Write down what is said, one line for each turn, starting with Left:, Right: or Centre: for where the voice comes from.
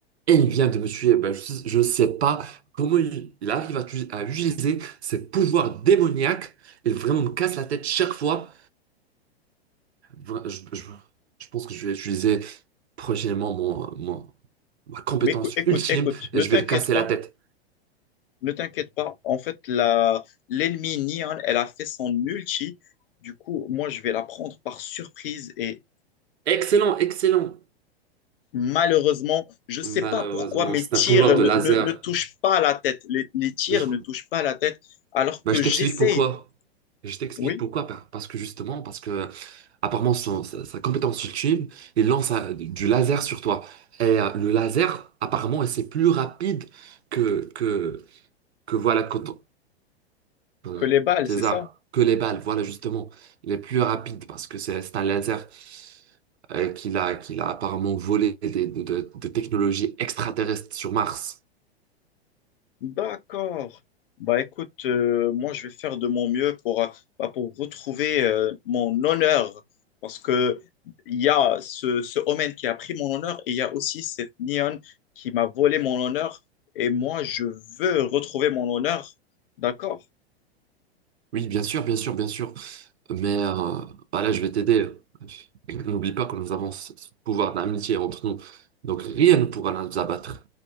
Right: et il vient de me tuer. Bah, je ne sais pas comment il, il arrive à, tu- à utiliser ses pouvoirs démoniaques. Il vraiment me casse la tête chaque fois. Vra- Je, je- je pense que je vais utiliser prochainement mon, mon- ma compétence
Left: Mais écou- écoute,
Right: ultime
Left: écoute, ne
Right: et je
Left: t'inquiète
Right: vais le casser
Left: pas,
Right: la tête.
Left: ne t'inquiète pas. En fait, la, l'ennemi Nian, elle a fait son ulti. Du coup, moi, je vais la prendre par surprise et
Right: Excellent, excellent.
Left: malheureusement, je sais
Right: Malheureusement,
Left: pas pourquoi mes
Right: c'est
Left: tirs
Right: un pouvoir de
Left: ne,
Right: laser.
Left: ne, ne touchent pas la tête. Les, les tirs
Right: Je,
Left: ne touchent pas la tête alors
Right: bah,
Left: que
Right: je
Left: j'essaye.
Right: t'explique pourquoi. Je t'explique
Left: Oui,
Right: pourquoi. par- Parce que justement, parce que apparemment, son- sa, sa compétence ultime, il lance un- du laser sur toi. Et euh, le laser, apparemment, c'est plus rapide que, que, que voilà, quand on- euh,
Left: Que les balles,
Right: tes
Left: c'est ça?
Right: armes, que les balles. Voilà, justement, il est plus rapide parce que c'est c'est un laser euh, qu'il a, qu'il a apparemment volé des- de, de- de technologies extraterrestres sur Mars.
Left: D'accord. Bah écoute, euh, moi je vais faire de mon mieux pour, euh, bah, pour retrouver euh, mon honneur. Parce que il y a ce, ce Omen qui a pris mon honneur et il y a aussi cette Neon qui m'a volé mon honneur. Et moi je veux retrouver mon honneur. D'accord.
Right: Oui, bien sûr, bien sûr, bien sûr. Mais euh, voilà, je vais t'aider. N'oublie pas que nous avons ce ce pouvoir d'amitié entre nous. Donc rien ne pourra nous abattre.